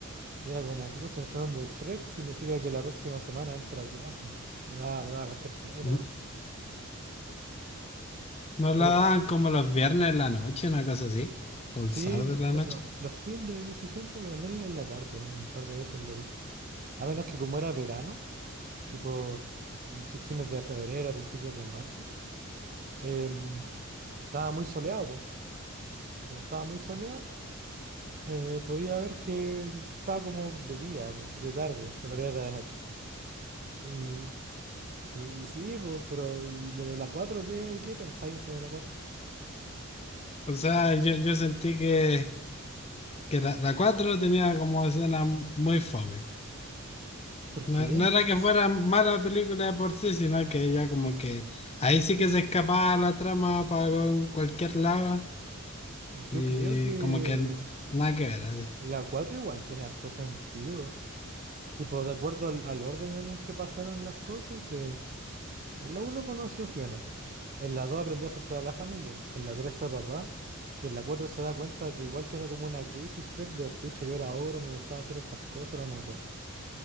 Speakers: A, on the right; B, on the left.
A: Y era como, pucha, está dando Shrek, significa que la próxima semana entro a clase. Me daba, me daba cualquier pena,
B: Ujú.
A: ¿no?
B: Nos la
A: ¿No te
B: daban
A: pasaba?
B: como los viernes en la noche, una cosa así. O
A: Sí,
B: el sábado en la
A: lo-
B: noche.
A: lo- los fines de casi siempre, pero también en la tarde, un par de veces lo vi. A menos que como era verano, tipo princi- fines de febrero, principios de marzo, em, estaba muy soleado, po. Como estaba muy soleado, eh, podía ver que, que- que estaba como de día, po, de tarde, pero en realidad era de noche. Y, y sí, po, pero ¿y la de la 4? ¿Qué, qué pensáis esa de la cuatro?
B: O sea, yo, yo sentí que, que la, la 4 tenía como escena muy fome.
A: ¿Por
B: No,
A: qué?
B: no era que fuera mala película de por sí, sino que ella como que ahí sí que se escapaba la trama para cualquier lado
A: Yo
B: Y
A: creo que
B: como que nada que
A: la
B: ver. así.
A: la 4 igual tiene harto sentido. Tipo, de acuerdo al, al orden en el que pasaron las cosas, de... En la uno conoció a Fiona, en la 2 aprendió a aceptar a la familia, en la 3 fue papá, y en la 4 se da cuenta que igual tiene como una crisis Shrek de, pucha, yo era ogro, me gustaba hacer estas cosas, ahora no puedo.